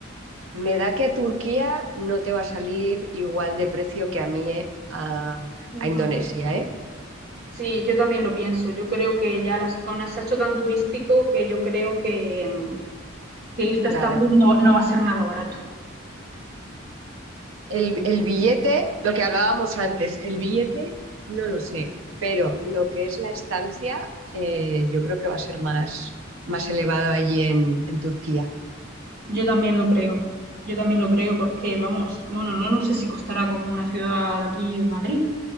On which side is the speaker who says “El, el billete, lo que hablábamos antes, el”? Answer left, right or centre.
Right